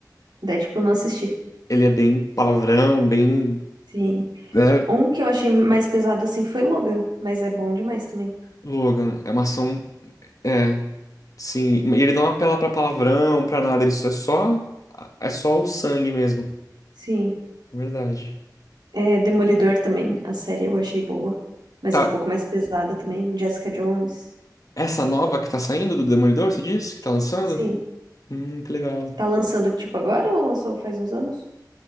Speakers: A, on the right; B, on the left.
A: Deadpool eu não assisti.
B: Ele é bem palavrão, bem.
A: Sim.
B: Né?
A: Um que eu achei mais pesado assim foi Logan, mas é bom demais também.
B: Logan. É uma ação. É. Sim, e ele não apela pra palavrão, pra nada, ele só é só é só o sangue mesmo.
A: Sim.
B: Verdade.
A: É, Demolidor também, a série eu achei boa, mas
B: Tá,
A: é um pouco mais pesada também. Jessica Jones.
B: essa nova que tá saindo do Demolidor, você disse? Que tá lançando?
A: Sim.
B: Hum, que legal.
A: Tá lançando tipo agora ou lançou faz uns anos?